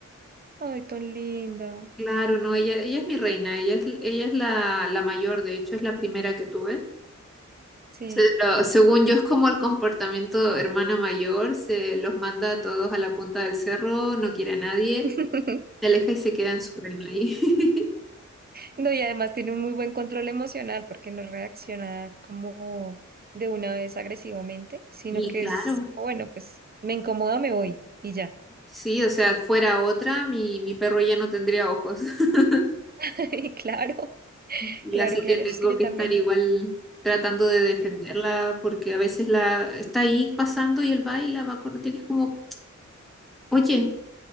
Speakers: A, on the right; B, in the centre.
A: Ay, tan linda.
B: Claro, no, ella, ella es mi reina, ella es, ella es la, la mayor, de hecho es la primera que tuve.
A: Sí.
B: Se lo- según yo es como el comportamiento hermana mayor, se los manda a todos a la punta del cerro, no quiere a nadie,
A: <laughs>
B: se aleja y se queda en su reino ahí. <laughs>
A: No, y además tiene un muy buen control emocional porque no reacciona como de una vez agresivamente, sino
B: Y
A: que
B: claro.
A: es como, bueno, pues me incomoda, me voy y ya.
B: Sí, o sea, fuera otra, mi, mi perro ya no tendría ojos. <laughs>
A: <laughs> Y claro,
B: Y
A: claro,
B: así
A: claro.
B: que tengo
A: Yo es que yo
B: que
A: también,
B: estar igual tratando de defenderla
A: sí.
B: porque a veces la está ahí pasando y él va y la va a corretear y es como, oye,